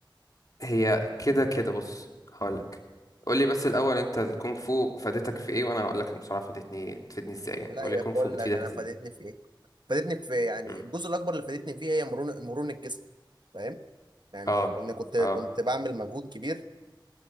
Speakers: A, on the left (about 45°); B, on the right (about 60°).
A: هي كده كده بص هقولك قول لي بس الاول انت الكونغ فو فادتك في ايه وانا هقول لك المصارعه فادتني تفيدني ازاي يعني
B: لا
A: قول
B: يا
A: لي الكونغ
B: بقول
A: فو بتفيدك
B: لك انا
A: ازاي
B: فادتني في ايه فادتني في يعني
A: مم.
B: الجزء الاكبر اللي فادتني فيه هي مرونه مرونه الجسم فاهم يعني
A: اه
B: لان كنت كنت
A: اه
B: بعمل مجهود كبير